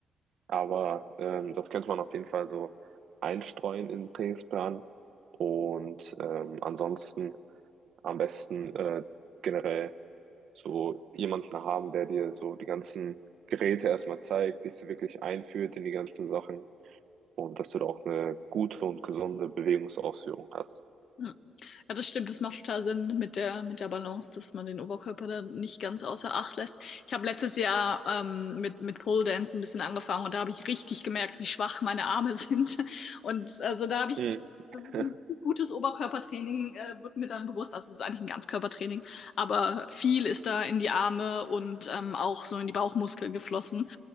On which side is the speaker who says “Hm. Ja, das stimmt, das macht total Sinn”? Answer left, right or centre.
Left